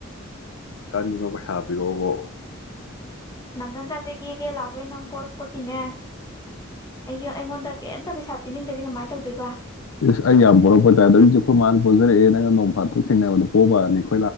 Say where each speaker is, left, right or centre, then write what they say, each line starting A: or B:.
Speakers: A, on the left; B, on the left.
A: ꯀꯔꯤꯅꯣ ꯄꯩꯁꯥ ꯄꯤꯔꯛꯑꯣꯕꯣ
B: ꯅꯪꯪ ꯀꯁꯤꯒꯤꯒꯦ ꯂꯥꯎꯕꯣꯏ ꯅꯪ ꯄꯣꯔꯛꯄꯒꯤꯅꯦ ꯑꯩ ꯑꯩꯉꯣꯟꯗ ꯀꯩꯝꯇ ꯄꯩꯁꯥ ꯄꯤꯅꯤꯡꯗꯗꯤ ꯀꯃꯥꯏꯅ ꯇꯧꯗꯣꯏꯕ
A: ꯏꯁꯁ ꯑꯩ ꯌꯥꯝ ꯄꯨꯣꯔꯛꯄ ꯇꯥꯏ ꯑꯗꯨ ꯑꯩꯁꯦ ꯑꯩꯈꯣꯏ ꯃꯥꯅ ꯄꯨꯣꯟꯖꯔꯛꯑꯦ ꯅꯪ ꯅ ꯐ ꯇ ꯁꯤ ꯃꯕꯨꯣꯕꯔꯅꯤꯣ